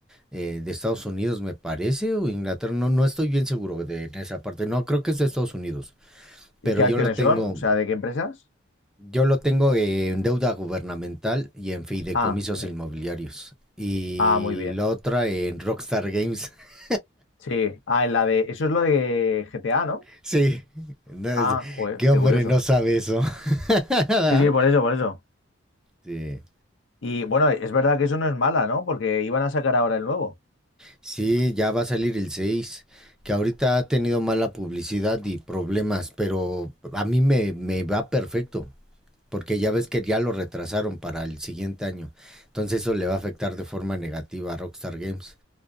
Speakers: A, in the centre; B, on the left.
A: eh, de Estados Unidos, me parece, o Inglaterra, no, no estoy bien seguro de esa parte. No, creo que es de Estados Unidos, pero
B: ¿Y qué
A: yo
B: acciones
A: lo tengo,
B: son? O sea, ¿de qué empresas?
A: yo lo tengo en deuda gubernamental y en fideicomisos
B: Ah, eh,
A: inmobiliarios. Y
B: ah, muy bien.
A: la otra en Rockstar Games. <laughs>
B: Sí, ah, en la de, eso es lo de GTA, ¿no?
A: Sí, no, es-
B: Ah, joder,
A: qué hombre
B: qué curioso.
A: no sabe eso. <laughs>
B: Sí, sí, por eso, por eso.
A: Sí.
B: Y bueno, es verdad que eso no es mala, ¿no? Porque iban a sacar ahora el nuevo.
A: Sí, ya va a salir el 6 que ahorita ha tenido mala publicidad y problemas, pero a mí me, me va perfecto, porque ya ves que ya lo retrasaron para el siguiente año. Entonces eso le va a afectar de forma negativa a Rockstar Games.